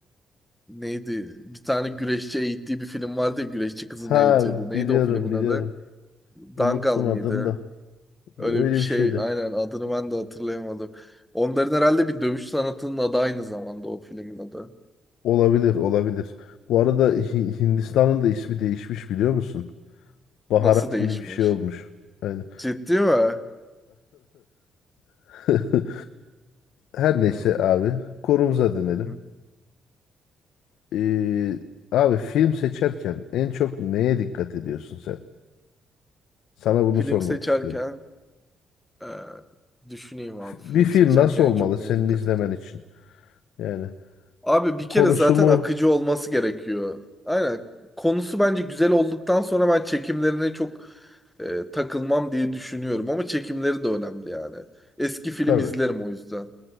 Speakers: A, in the centre; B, on the left (about 85°).
A: neydi? Bir tane güreşçi eğittiği bir film vardı ya güreşçi kızı
B: Ha
A: neydi? Bu neydi
B: biliyorum
A: o filmin
B: biliyorum.
A: adı? Dangal
B: Unuttum
A: mıydı?
B: adını da.
A: Öyle
B: Öyle
A: bir şey
B: bir şeydi.
A: aynen adını ben de hatırlayamadım. Onların herhalde bir dövüş sanatının adı aynı zamanda o filmin adı.
B: Olabilir olabilir. Bu arada Hi- Hindistan'ın da ismi değişmiş biliyor musun? Baharat
A: Nasıl değişmiş?
B: gibi bir şey olmuş. Aynen.
A: Ciddi mi?
B: <laughs> Her neyse
A: Hı.
B: abi. Konumuza dönelim.
A: Hı.
B: Ee, abi film seçerken en çok neye dikkat ediyorsun sen? Sana bunu
A: Film
B: sormak
A: seçerken
B: istiyorum.
A: e, düşüneyim
B: F-
A: abi.
B: Bir
A: Film
B: film
A: seçerken
B: nasıl olmalı
A: en çok neye
B: senin
A: dikkat
B: izlemen
A: edeyim?
B: için? Yani
A: Abi bir
B: konusu
A: kere zaten
B: mu?
A: akıcı olması gerekiyor. Aynen. Konusu bence güzel olduktan sonra ben çekimlerine çok e, takılmam diye düşünüyorum. Ama çekimleri de önemli yani. Eski film
B: Tabii.
A: izlerim o yüzden.